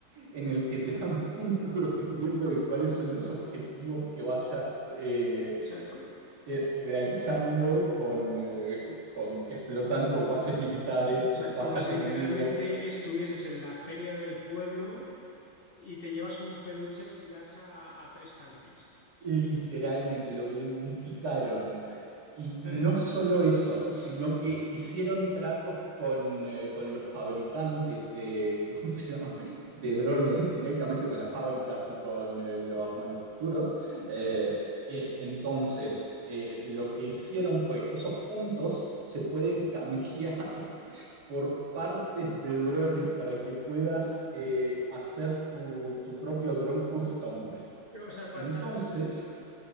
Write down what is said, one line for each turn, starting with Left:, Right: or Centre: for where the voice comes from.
Right: en el que te dan <laughs> puntos dependiendo de cuáles son los objetivos que vayas eh,
Left: o sea, co- o
Right: eh, realizando con, eh, con explotando bases militares,
Left: sea,
Right: bajas
Left: como si
Right: enemigas.
Left: literalmente estuvieses en la feria del pueblo y te llevas un peluche si das a, a tres tanques.
Right: Literalmente lo gamificaron Y no
Left: Eh,
Right: solo eso, sino que hicieron tratos con, eh, con los fabricantes de, <laughs> ¿cómo se llama? De drones, directamente con las fábricas y con eh, los manufacturos. Eh, y entonces, eh, lo que hicieron fue, esos puntos se pueden canjear <laughs> por partes de drones para que puedas eh, hacer tu, tu propio drone custom.
Left: o sea, para,
Right: Entonces,
Left: sa- <sniffs>